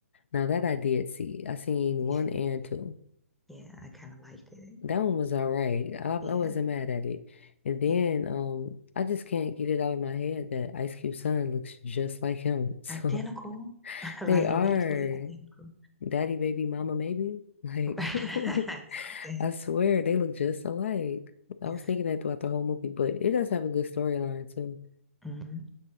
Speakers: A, on the left; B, in the centre.
A: now that I did see, I seen
B: Yeah,
A: one and two.
B: yeah, I kind of liked it.
A: That one was all right. I, I
B: Yeah,
A: wasn't mad at it. And then
B: yeah,
A: um, I just can't get it out of my head that Ice Cube son looks just like him. <laughs> So
B: identical, <laughs>
A: they
B: like
A: are.
B: literally identical.
A: Daddy, baby, mama, maybe. Like,
B: <laughs>
A: <laughs>
B: Something.
A: I swear they look just alike. I
B: Yes.
A: was thinking that throughout the whole movie, but it does have a good storyline too.
B: Mhm,